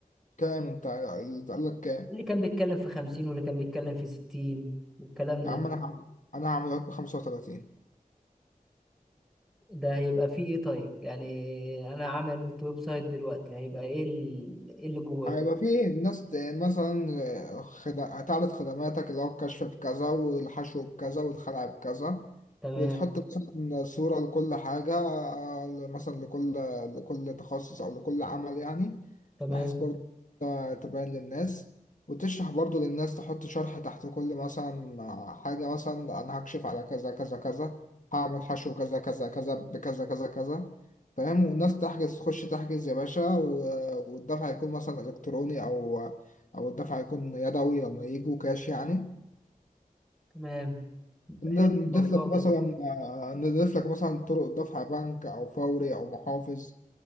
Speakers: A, on the left; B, in the centre.
A: كام انت اللي قال لك كام
B: اللي كان بيتكلم في خمسين واللي كان بيتكلم في ستين والكلام
A: يا
B: ده
A: عم انا هعمل انا هعمله لك ب 35
B: ده هيبقى فيه إيه طيب يعني أنا عامل ويب سايت دلوقتي هيبقى إيه ال- إيه اللي جواه
A: هيبقى فيه الناس ت- مثلا آه، خد- هتعرض خدماتك اللي هو الكشف بكذا والحشو بكذا والخلع بكذا
B: تمام
A: وتحط مثلا صورة لكل حاجة آه، ل- مثلا لكل لكل تخصص أو لكل عمل يعني
B: تمام
A: بحيث برضه ت- تبين للناس وتشرح برضه للناس تحط شرح تحت كل مثلا آه، حاجة مثلا أنا هكشف على كذا كذا كذا هعمل حشو كذا كذا كذا بكذا كذا كذا فاهم والناس تحجز تخش تحجز يا باشا و- والدفع هيكون مثلا إلكتروني أو أو الدفع هيكون يدوي لما يجوا كاش يعني
B: تمام
A: ن-
B: حلو الموضوع
A: نضيف لك
B: ده
A: مثلا آه، نضيف لك مثلا طرق دفع بنك أو فوري أو محافظ